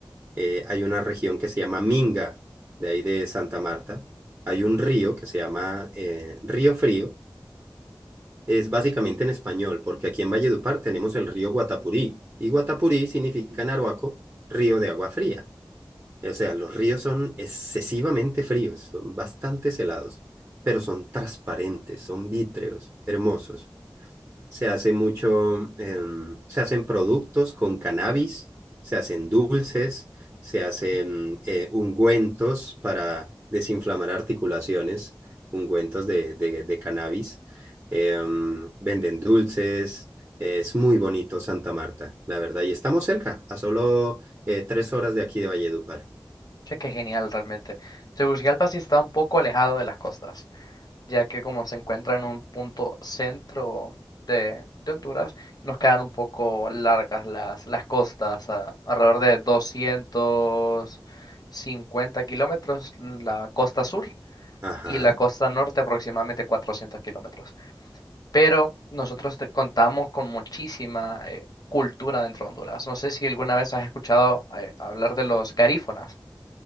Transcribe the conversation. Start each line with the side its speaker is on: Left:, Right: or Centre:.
Right: eh, hay una región que se llama Minga, de ahí de Santa Marta. Hay un río que se llama eh, Río Frío, es básicamente en español, porque aquí en Valledupar tenemos el río Guatapurí, y Guatapurí significa en Arhuaco río de agua fría. O sea, los ríos son excesivamente fríos, son bastante helados, pero son transparentes, son vítreos, hermosos se hace mucho, em, se hacen productos con cannabis, se hacen dulces, se hacen eh, ungüentos para desinflamar articulaciones, ungüentos de, de, de cannabis, em, venden dulces, es muy bonito Santa Marta, la verdad, y estamos cerca, a solo eh, tres horas de aquí de Valledupar.
Left: Che, qué genial realmente. Tegucigalpa sí está un poco alejado de las costas. ya que como se encuentra en un punto centro de, de Honduras, nos quedan un poco largas las, las costas, a- alrededor de 250 kilómetros la costa sur
Right: Ajá,
Left: y la costa norte aproximadamente 400 kilómetros. Pero nosotros te- contamos con muchísima eh, cultura dentro de Honduras. No sé si alguna vez has escuchado eh, hablar de los garífonas.